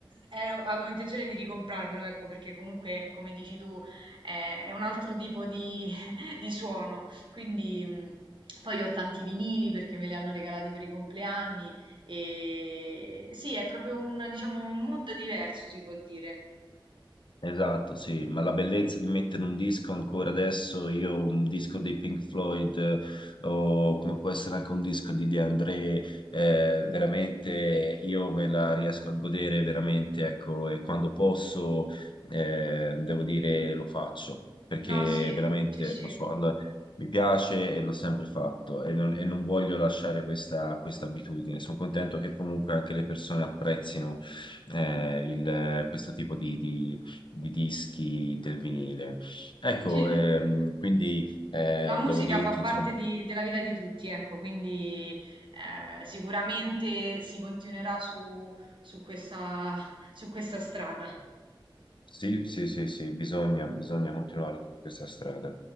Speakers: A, on the right; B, on the left.
A: ero- avevo intenzione di ricomprarmelo, ecco, perché comunque, come dici tu, è è un altro tipo di <laughs> di suono. Quindi mh, poi ho tanti vinili perché me li hanno regalati per i compleanni e sì, è proprio un, diciamo, un mood diverso, si può dire.
B: Esatto, sì, ma la bellezza di mettere un disco ancora adesso, io un disco dei Pink Floyd eh, o come può essere anche un disco di De André, eh, veramente io me la riesco a godere veramente, ecco, e quando posso, eh, devo dire, lo faccio, perché
A: No, sì,
B: veramente
A: sì, sì.
B: lo so, allora, mi piace e l'ho sempre fatto e non, e non voglio lasciare questa, questa abitudine. Sono contento che comunque anche le persone apprezzino eh, il- questo tipo di di- di dischi del vinile. Ecco,
A: Sì, no.
B: ehm, quindi eh,
A: La musica
B: devo dirti,
A: fa parte
B: insomma,
A: di- della vita di tutti, ecco, quindi eh, sicuramente si continuerà su, su questa, su questa strada.
B: sì, sì, sì, sì, bisogna, bisogna continuare in questa strada.